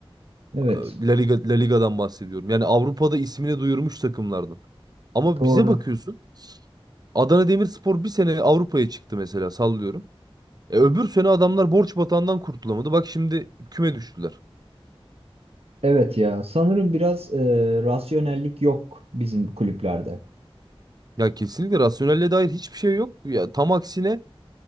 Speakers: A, on the right; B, on the right.
A: Evet,
B: Ee, La Liga, La Liga'dan bahsediyorum. Yani Avrupa'da ismini duyurmuş takımlardan. Ama
A: doğru.
B: bize bakıyorsun. Adana Demirspor bir sene Avrupa'ya çıktı mesela sallıyorum. E, öbür sene adamlar borç batağından kurtulamadı. Bak şimdi küme düştüler.
A: Evet ya sanırım biraz e, rasyonellik yok bizim kulüplerde.
B: Ya kesinlikle rasyonelle dair hiçbir şey yok. Ya tam aksine